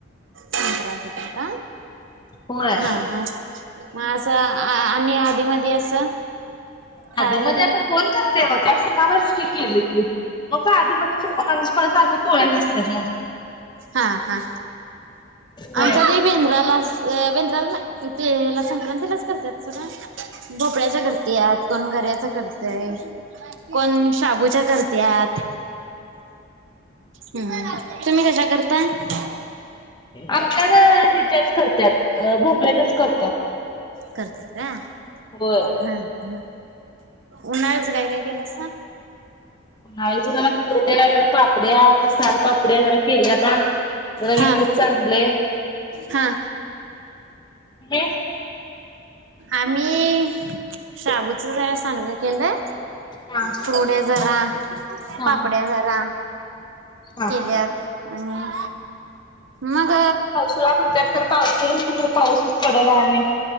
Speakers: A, on the right; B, on the left.
A: संक्रातीत का?
B: होय
A: हा हा. मग असं आ- आणि आधी मधी असं. खायला
B: आधी मधील
A: तेन
B: आता कोण करते त्या सणालाच ती केली कि मग का आधी म्हणज त्या सणा सारखं पोळ नसतात मग,
A: हा हा
B: होय
A: आणिच्या बेंद्राला वेंद्राला नाही तेला संक्रांती लाच करत्यात. भोपळ्याच्या करतेत कोण गऱ्याचा करतेय. कोण शबूच्या करत्यात तुम्ही कश करता. त
B: आमल्या हच्याच करत्यात भोपळ्याच्याच करत्यात.
A: करत्याता हा
B: होय
A: हा. उन्हाळ्याच काय काय केलासा?
B: नाहीचं जरा कुरड्या जरा पापड्या साल पापड्या जरा केली आता. जरा
A: हा
B: विकतच आणलय.
A: हा.
B: मे
A: आम्ही शबूच जरा सांडगं केलं.
B: हा
A: कुरुड्या जरा,
B: हा
A: पापड्या जरा,
B: हा
A: केल्यात आणि मग,
B: तुला कणठ्यात तर पावसईल कुठला पाऊसच पडणा आणि